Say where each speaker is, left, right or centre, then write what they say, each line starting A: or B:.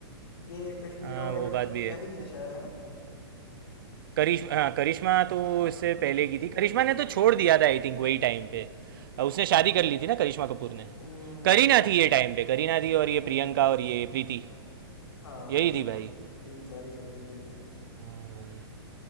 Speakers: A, on the left; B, on the right.
A: ये कश्मीरा
B: हाँ
A: वगैरह
B: वो बात
A: ये सब
B: भी
A: तो
B: है
A: पहले की है शायद है ना
B: करिश हाँ करिश्मा तो
A: हाँ
B: इससे पहले की थी करिश्मा ने तो छोड़ दिया था आई थिंक वही टाइम पे अ, उसने शादी कर ली थी ना करिश्मा कपूर ने
A: हम्म
B: करीना थी ये टाइम पे करीना थी
A: करीना
B: और ये प्रियंका
A: थी करीना
B: और ये
A: थी।
B: प्रीति
A: हाँ हाँ
B: यही
A: ये
B: थी भाई
A: तीन चार ही चल रही थी ये।
B: हाँ भाई